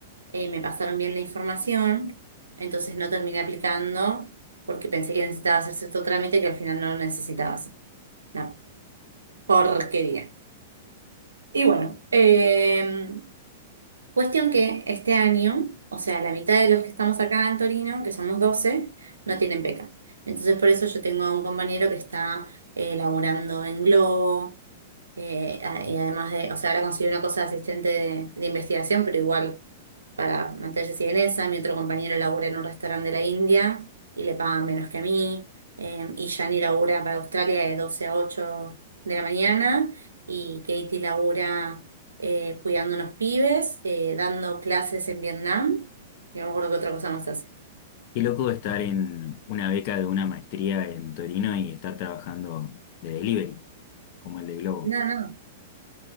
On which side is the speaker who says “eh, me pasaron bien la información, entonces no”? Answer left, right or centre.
Right